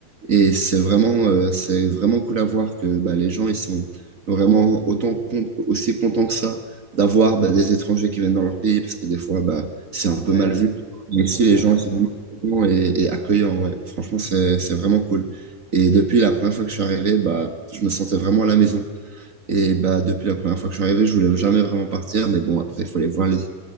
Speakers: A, on the right (about 80°); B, in the centre.
A: Et c'est vraiment, euh, c'est vraiment cool à voir que bah, les gens ils sont vraiment autant con- aussi contents que ça d'avoir bah, des étrangers qui viennent dans leur pays, parce que des fois, bah, c'est un
B: Ouais,
A: peu mal
B: des,
A: vu.
B: des
A: Mais
B: fois
A: ici,
B: c'est
A: les
B: l'inverse,
A: gens ils sont
B: ouais.
A: vraiment contents et, et accueillants, ouais. Franchement, c'est, c'est vraiment cool. Et depuis la première fois que je suis arrivé, bah, je me sentais vraiment à la maison. Et bah, depuis la première fois que je suis arrivé, je voulais jamais vraiment partir. Mais bon, après, il faut aller voir les-